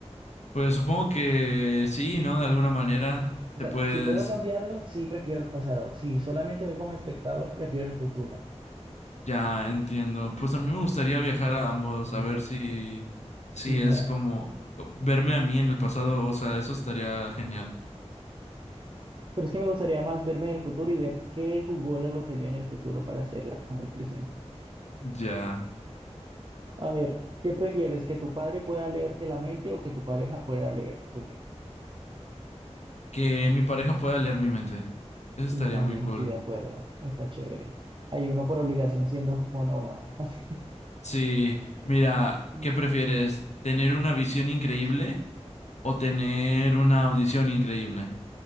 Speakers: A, on the left; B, on the right.
A: pues supongo que sí, ¿no? De alguna manera
B: O
A: te
B: sea,
A: puedes,
B: si puedo cambiarlo, sí prefiero el pasado. Si solamente voy como espectador, prefiero el futuro.
A: ya entiendo. Pues a mí me gustaría viajar a ambos,
B: Mm,
A: a ver si, si
B: Sí, claro.
A: es como verme a mí en el pasado, o sea, eso estaría genial.
B: Pero es que me gustaría más verme en el futuro y ver qué jugó la lotería en el futuro para hacerla acá en el presente.
A: Ya,
B: A ver, ¿qué prefieres? ¿Que tu padre pueda leerte la mente o que tu pareja pueda leer tu mente?
A: que mi pareja pueda leer mi mente, eso
B: Sí,
A: estaría
B: también
A: muy cool.
B: estoy de acuerdo. Está chévere. Hay uno por obligación siendo monógamo. <laughs> Así.
A: Sí, mira,
B: Mm.
A: ¿qué prefieres? ¿Tener una visión increíble o tener una audición increíble?